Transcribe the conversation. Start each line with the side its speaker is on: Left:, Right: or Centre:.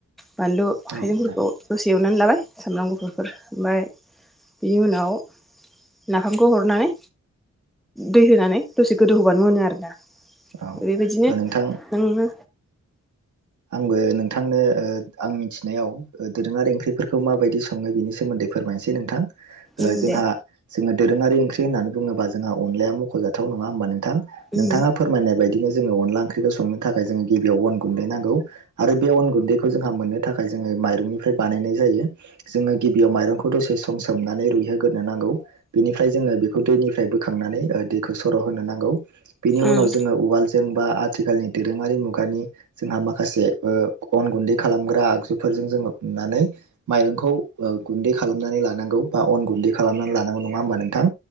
Centre: बानलु हाइजेंफोरखौ
Right: औ नोंथां
Centre: दसे एवनानै लाबाय साम्राम गुफुरफोर। ओमफ्राय बिनि उनाव नाफामखौ हरनानै दै होनानै दसे गोदौ होबानो मोनो आरोना?
Right: औ
Centre: बेबायदिनो
Right: नोंथां
Centre: नोंनो
Right: आंबो नोंथांनो ओ आं मिथिनायाव ओ दोरोङारि ओंख्रिफोरखौ माबायदि सङो बिनि सोमो न्दै फोरमायसै नोंथां। ओ
Centre: उम
Right: जोंहा
Centre: दे
Right: जोङो दोरोङारि ओंख्रि होननानै बुङोबा जोंहा अनलाया मख'जाथाव नङा होनबा नों थां?
Centre: उम
Right: नोंथाङा फोरमायनाय बायदिनो जोङो अनला ओंख्रिखौ संनो थाखाय जोङो गिबियाव अन गुन्दै नां गौ। आरो बे अन गुन्दैखौ जोंहा मोननो थाखाय जोङो माइरंनिफ्राय बानायनाय जायो। जोङो गिबियाव माइ रंखौ दसे सम सोमनानै रुइहोग्रोनो नांगौ। बेनिफ्राय जोङो बेखौ दैनिफ्राय बोखांनानै ओ दैखौ सर' होनो नांगौ। बिनि उनाव
Centre: उम
Right: जोङो उवालजों बा आथिखालनि दोरोङारि मुगानि जोंहा माखासे ओ अन गुन्दै खालामग्रा आगजुफोरजों जोङो उननानै माइरंखौ ओ गुन्दै खालामनानै लानांगौ बा अन गुन्दै खालामनानै लानांगौ नङा होमबा नोंथां?